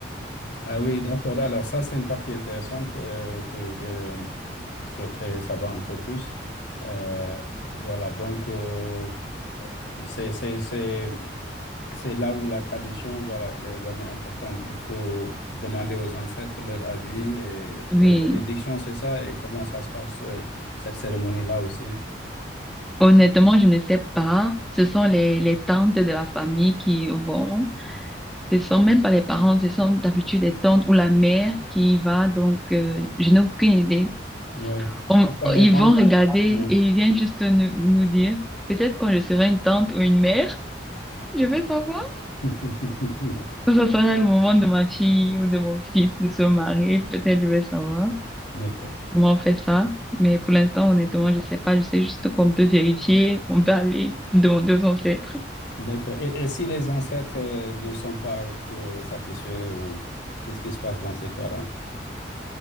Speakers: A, on the left (about 65°); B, in the centre.
A: Ah oui, d'accord. Alors ça, c'est une partie intéressante euh, que je souhaiterais savoir un peu plus. Euh, voilà, donc euh, c'est, c'est, c'est- C'est là où la tradition, voilà, elle est vraiment importante. Il faut demander aux ancêtres leur avis et
B: Oui,
A: leur bénédiction, c'est ça, et comment ça se passe, euh, cette cérémonie-là aussi.
B: honnêtement, je ne sais pas. Ce sont les, les tantes de la famille qui vont. Ce sont même pas les parents, ce sont d'habitude les tantes ou la mère qui y va. Donc, euh, je n'ai aucune idée.
A: Oui.
B: On-
A: Pourquoi les
B: ils
A: temples?
B: vont regarder
A: Ouais.
B: et ils viennent juste nous, nous dire, peut-être quand je serai une tante ou une mère, je vais savoir.
A: <laughs>
B: Quand ce sera le moment de ma fille ou de mon fils de se marier, peut-être je vais savoir
A: D'accord.
B: comment on fait ça. Mais pour l'instant, honnêtement, je sais pas. Je sais juste qu'on peut vérifier, on peut aller demander aux ancêtres.
A: D'accord. Et, et si les ancêtres euh, ne sont pas euh, satisfaits ou qu'est-ce qui se passe dans ces cas-là?